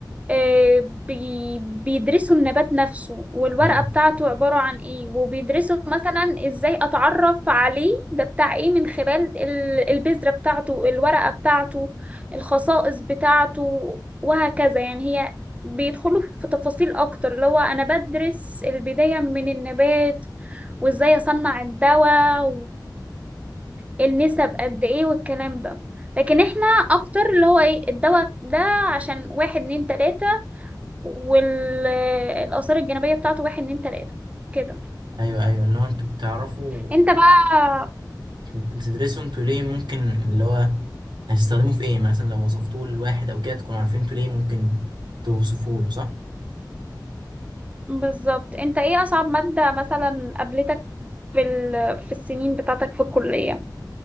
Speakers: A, on the right; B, on the right.
A: آه، بي- بيدرسوا النبات نفسه والورقة
B: مم.
A: بتاعته عبارة عن ايه وبيدرسوا مثلا ازاي اتعرف عليه ده بتاع ايه من خلال ال- البذرة بتاعته الورقة بتاعته الخصائص بتاعته وهكذا يعني هي بيدخلوا في تفاصيل اكتر اللي هو انا بدرس البداية من النبات وازاي اصنع الدواء والنسب قد ايه والكلام ده لكن احنا اكتر اللي هو ايه الدواء ده عشان واحد اتنين تلاتة والآثار الجانبية بتاعته واحد اتنين تلاتة كده
B: ايوه ايوه اللي هو انتوا بتعرفوا
A: انت بقى
B: بتدرسوا انتوا ليه ممكن اللي هو هتستخدموه في ايه يعني مثلا لو وصفتوه لواحد او كده تكونوا عارفين انتوا ليه ممكن توصفوه له صح؟
A: بالظبط انت ايه أصعب مادة مثلا قابلتك في ال... في السنين بتاعتك في الكلية